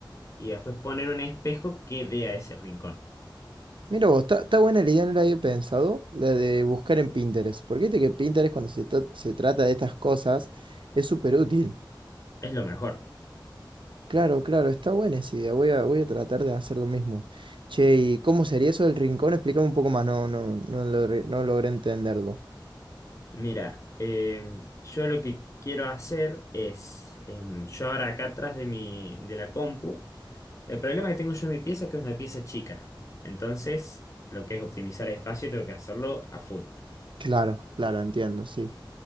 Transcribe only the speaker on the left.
y después poner un espejo que dé a ese rincón.
Es lo mejor.
Mira, em, yo lo que quiero hacer es, em, yo ahora acá atrás de mi, de la compu, el problema que tengo yo en mi pieza es que es una pieza chica. Entonces, lo que es optimizar espacio, tengo que hacerlo a full.